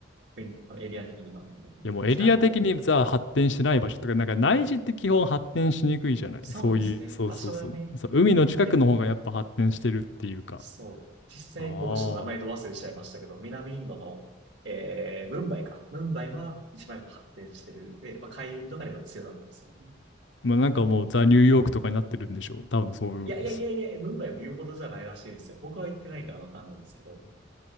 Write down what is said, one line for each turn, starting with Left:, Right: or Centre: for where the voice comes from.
Right: 国エリア的には。
Left: いやもうエリア的にさ、
Right: 北の方。
Left: 発展してない場所とか、なんか内地って基本発展しにくいじゃない。
Right: そうですね。
Left: そういう、そうそうそう。
Right: 場所がね。
Left: そう、海の近くの方がやっぱ発展してるっていうか。
Right: うん。で、そう。実際、
Left: あ
Right: 僕ちょっと名前と忘れちゃいましたけど、
Left: あ。
Right: 南インドの、えー、ムンバイか。ムンバイは一番やっぱ発展してる。で、まあ、海運とかでは強いわけですよね。
Left: まあなんかもうザ・ニューヨークとかになってるんでしょう。多分そういう。
Right: いやいやいやいや、
Left: そ
Right: ムンバイも言うほどじゃないらしいですよ。僕は行ってないからわかんないんですけど。